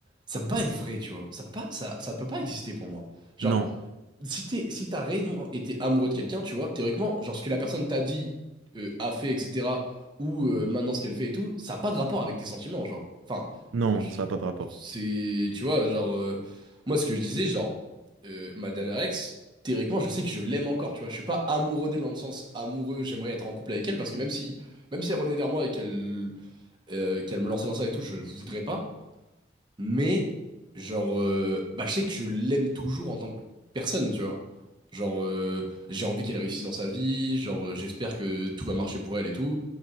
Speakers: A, on the right; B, on the right.
A: Ça peut pas être vrai, tu vois. Ça peut pas, ça, ça peut pas exister pour moi. Genre,
B: Non.
A: si t'es, si t'as réellement été amoureux de quelqu'un, tu vois, théoriquement, genre ce que la personne t'a dit, euh, a fait, etc., ou euh, maintenant ce qu'elle fait et tout, ça n'a pas de rapport avec tes sentiments, genre. Enfin,
B: Non,
A: je-
B: ça n'a pas de rapport.
A: c'est, tu vois, genre, euh, moi ce que je disais, genre, euh, ma dernière ex, théoriquement, je sais que je l'aime encore, tu vois, je suis pas amoureux d'elle dans le sens amoureux, j'aimerais être en couple avec elle, parce que même si, même si elle revenait vers moi et qu'elle euh, qu'elle me lançait dans ça et tout, je voudrais pas. Mais, genre, euh, bah, je sais que je l'aime toujours en tant que personne, tu vois. Genre, euh, j'ai envie qu'elle réussisse dans sa vie, genre, euh, j'espère que tout va marcher pour elle et tout.